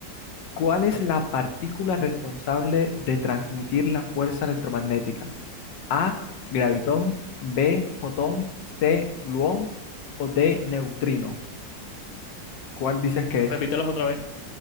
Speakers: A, on the left (about 80°); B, on the left (about 60°).
A: ¿Cuál es la partícula responsable de transmitir la fuerza electromagnética? A, gravitón, B, fotón, C, gluón o D, neutrino. ¿Cuál dices que es?
B: Repítelos otra vez.